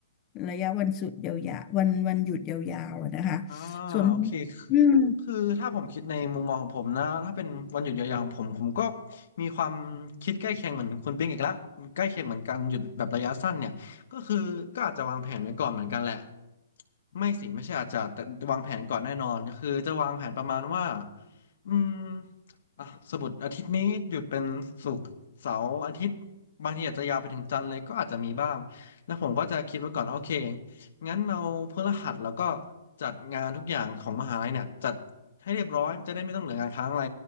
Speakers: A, on the left; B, on the left.
A: ระยะวันสุดยาวๆวันวันหยุดยาวๆอะนะคะ
B: อ่า
A: ส่วน
B: โอเค
A: อืม
B: คือถ้าผมคิดในมุมมองของผมนะถ้าเป็นวันหยุดยาวๆของผมผมก็มีความคิดใกล้เคียงเหมือนคุณปิ๊งอีกละใกล้เคียงเหมือนกันหยุดแบบระยะสั้นเนี่ยก็คือก็อาจจะวางแผนไว้ก่อนเหมือนกันแหละไม่สิไม่ใช่อาจจะแต่วางแผนก่อนแน่นอนก็คือจะวางแผนประมาณว่าอืมอ่ะสมมติอาทิตย์นี้หยุดเป็นศุกร์เสาร์อาทิตย์บางทีอาจจะยาวไปถึงจันทร์เลยก็อาจจะมีบ้างแล้วผมก็จะคิดไว้ก่อนโอเค งั้นเราพฤหัสแล้วก็จัดงานทุกอย่างของมหาลัยเนี่ยจัดให้เรียบร้อยจะได้ไม่ต้องเหลืองานค้างอะไร